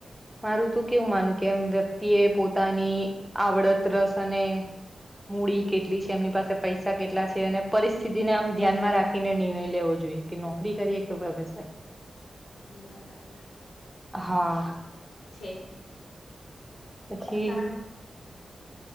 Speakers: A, in the centre; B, on the left.
A: મારું તો કેવું માનું કે એમ વ્યક્તિ એ પોતાની આવડત રસ અને મૂડી કેટલી છે એમની પાસે પૈસા કેટલા છે અને પરિસ્થિતિને આમ ધ્યાનમાં રાખીને નિર્ણય લેવો જોઈએ કે નોકરી કરીએ કે વ્યવસાય.
B: બરાબર
A: હા.
B: છે.
A: પછી.
B: કારણ